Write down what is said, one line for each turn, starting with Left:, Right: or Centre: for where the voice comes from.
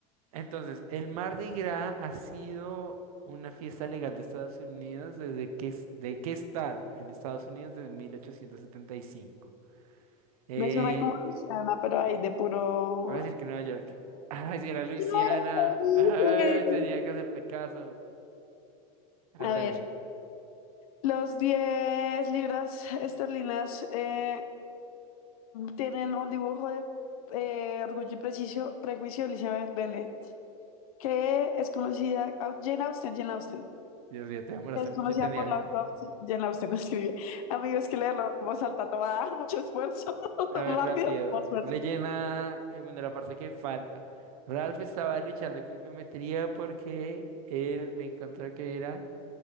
Right: Entonces, el Mardi Gras ha sido una fiesta legal de Estados Unidos desde qué, es- ¿de qué estado? En Estados Unidos desde 1875. Eh,
Left: Me suena como Luciana, pero ahí de puro.
Right: voy a decir que Nueva York. Ay, si era Luisiana.
Left: ¿Qué te
Right: Ay,
Left: hice?
Right: tenía que hacerte caso. Árdale.
Left: A ver. Los 10 libras esterlinas eh, tienen un dibujo de eh, Orgullo y Prejuicio, Prejuicio de Elizabeth Bennet, que es conocida. ah, Jane Austen, Jane Austen.
Right: Dios mío, te demoraste
Left: que Es
Right: mucho
Left: conocida
Right: y tenía.
Left: por la autora. Jane Austen <laughs> escribe. Amigos, que leerlo en voz alta toma mucho esfuerzo. <laughs>
Right: A ver,
Left: Rápido,
Right: rápido.
Left: mucho esfuerzo.
Right: Rellena, eh, bueno, la parte que falta. Ralph estaba luchando con geometría porque él le encontró que era.